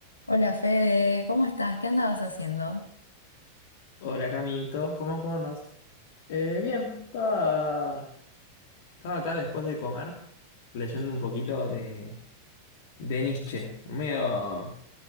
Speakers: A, on the left; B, on the left.
A: Hola Fede, ¿cómo estás? ¿Qué andabas haciendo?
B: Hola Camito, ¿cómo, cómo andas? Eh, bien, estaba, estaba acá después de comer, leyendo un poquito de, de Nietzsche. Medio,